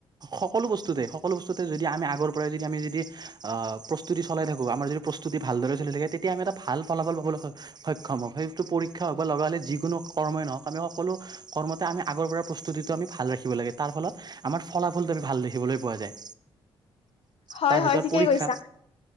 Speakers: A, on the right (about 35°); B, on the left (about 55°).
A: সকলো বস্তুতে সকলো বস্তুতে যদি আমি আগৰ পৰাই যদি আমি যদি প্ৰস্তুতি চলাই থাকোঁ। আমাৰ যদি প্ৰস্তুতি ভালদৰে চলি থাকে। তেতিয়া আমি এটা ভাল ফলাফল পাবলৈ সক্ষম হওঁক, সেইটো পৰীক্ষা হওঁক বা লগা হ'লে যিকোনো কৰ্মই নহওঁক, আমি সকলো কৰ্ম আমি আগৰ প্ৰস্তুতিটো আমি ভাল ৰাখিম। লাগে তাৰফলত আমাৰ ফলাফলটো আমি ভাল দেখিবলৈ পোৱা যায়।
B: হয়
A: তাৰভিতৰত
B: হয় ঠিকেই
A: পৰীক্ষা।
B: কৈছা